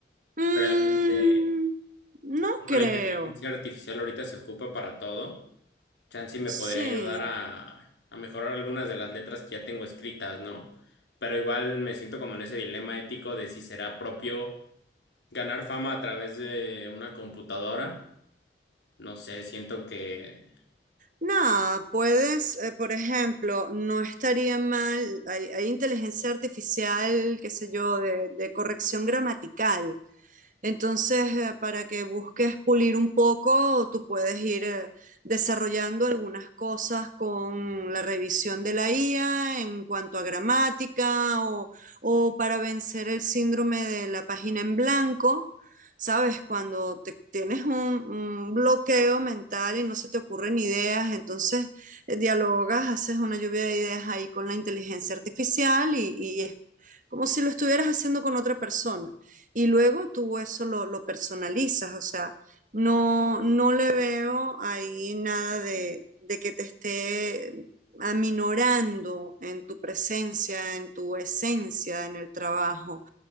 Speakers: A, on the right; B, on the left.
A: Mm,
B: Realmente,
A: no
B: como
A: creo.
B: la inteligencia artificial ahorita se ocupa para todo, chance me
A: Sí,
B: podría ayudar a, a mejorar algunas de las letras que ya tengo escritas, ¿no? Pero igual me siento como en ese dilema ético de si será propio ganar fama a través de una computadora. No sé, siento que...
A: Nada, puedes, eh, por ejemplo, no estaría mal, hay, hay inteligencia artificial, qué sé yo, de, de corrección gramatical. Entonces, eh, para que busques pulir un poco, tú puedes ir eh, desarrollando algunas cosas con la revisión de la IA en cuanto a gramática o, o para vencer el síndrome de la página en blanco. ¿sabes? Cuando te- tienes un, un bloqueo mental y no se te ocurren ideas, entonces eh, dialogas, haces una lluvia de ideas ahí con la inteligencia artificial y, y es como si lo estuvieras haciendo con otra persona. Y luego tú eso lo, lo personalizas, o sea, no, no le veo ahí nada de, de que te esté aminorando en tu presencia, en tu esencia, en el trabajo.